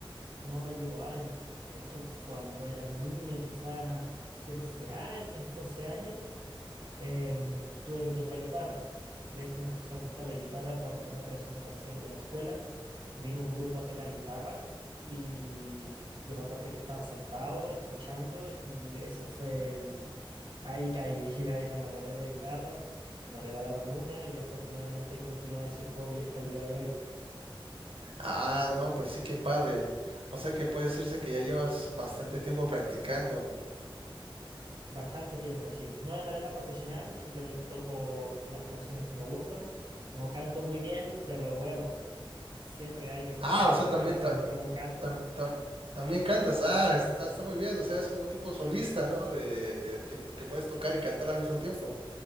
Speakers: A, on the right; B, on the right.
A: No llevo años, de hecho cuando era niño, quizás 13 años, 12 años. Em, tuve mi primera guitarra. De hecho, me empezó a gustar la guitarra cuando en una presentación de la escuela vino un grupo a tocar guitarra y yo me acuerdo que estaba sentado escuchando y ese fue el... Ahí caí, <laughs> ahí me enamoré de la guitarra, me regalaron una y afortunadamente he continuado ese hobby hasta el día de hoy.
B: Ah, no, pues sí, qué padre. O sea que puede decirse que ya llevas bastante tiempo practicando.
A: Bastante tiempo, sí. No de manera profesional, simplemente toco las canciones que me gustan. No canto muy bien, pero bueno, siempre hay que acompañar
B: Ah, o
A: la
B: sea,
A: guitarra
B: también, ta-
A: con, con un canto.
B: tam- tam- también cantas. Ah, está, está muy bien. O sea, es como un tipo solista, ¿no? De, de que, que puedes tocar y cantar al mismo tiempo.